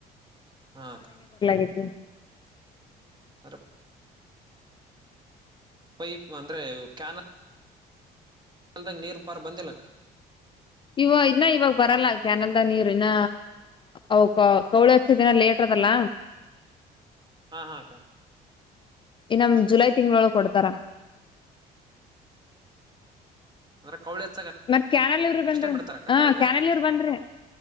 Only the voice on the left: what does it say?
<unintelligible>
ಇವ ಇನ್ನ ಇವಾಗ ಬರಲ್ಲ ಕ್ಯಾನಲ್ ದ ನೀರು ಇನ್ನ ಅ ಕೌಳ ದಿನ ಲೇಟ್ರದಲ್ಲ
ಇ ನಮ್ ಜುಲೈ ತಿಂಗಳೊಳ ಕೊಡ್ತಾರ
ಮತ್ತ್ ಕ್ಯಾನಲ್ಲಿ ಇವ್ರ ಬಂದ್ರ
ಹ
ಕ್ಯಾನಲ್ಲಿ ಇವರು ಬಂದ್ರಿ